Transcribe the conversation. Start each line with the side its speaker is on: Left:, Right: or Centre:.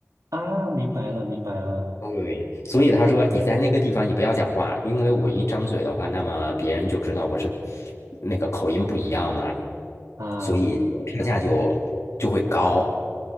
Right: 啊？明白了，明白了
Left: 对，所以他说你在那个地方你不要讲话，因为我一张嘴的话，那么别人就知道我是那个口音不一样嘛，
Right: 啊，
Left: 所以票价就就会高。